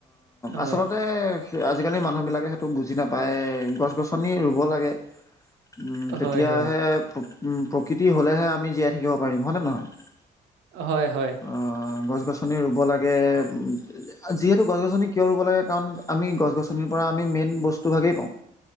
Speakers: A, on the right (about 80°); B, on the left (about 15°).
A: হয়
B: আচলতে আজিকালি মানুহ বিলাকে সেটো বুজি নাপায়। গছ-গছনি ৰুব লাগে। উম, তেতিয়াহে
A: হয় হয়
B: প উম প্ৰকৃতি হ'লেহে আমি জীয়াই থাকিব পাৰিম। হয়নে নহয়?
A: হয়, হয়।
B: অ, গছ-গছনি ৰুব লাগে। যিহেতু গছ-গছনি কিয় ৰুব লাগে, কাৰণ আমি গছ-গছনিৰ পৰা আমি মেইন বস্তু ভাগেই পাওঁ।